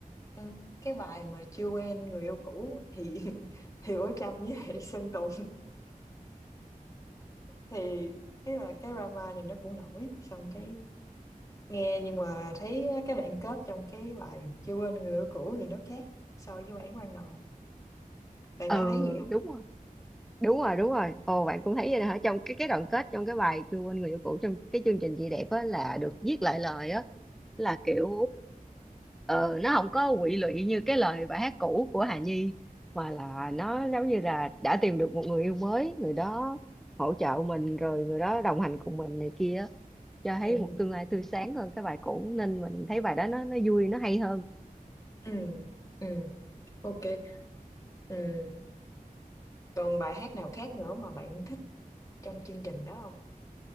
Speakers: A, on the left; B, in the centre.
A: ừ, cái bài mà chưa quen người yêu cũ thì <laughs> thì Bảo Trâm với lại Sơn Tùng thì ý là cái drama này nó cũng nổi xong cái nghe nhưng mà thấy cái đoạn kết trong cái bài chưa quên người yêu cũ thì nó khác so với bản ban đầu bạn
B: ừ,
A: có thấy vậy không
B: đúng rồi. đúng rồi đúng rồi ồ bạn cũng thấy vậy hả trong cái cái đoạn kết trong cái bài chưa quên người yêu cũ trong cái chương trình chị đẹp á là được viết lại lời á là kiểu ờ, nó không có quỵ lụy như cái lời bài hát cũ của Hà Nhi mà là nó giống như là đã tìm được một người yêu mới người đó hỗ trợ mình rồi người đó đồng hành cùng mình này kia á. cho thấy
A: ừ
B: một tương lai tươi sáng hơn cái bài cũ nên mình thấy bài đó nó nó vui nó hay hơn
A: ừ ừ ok ừ còn bài hát nào khác nữa mà bạn thích trong chương trình đó không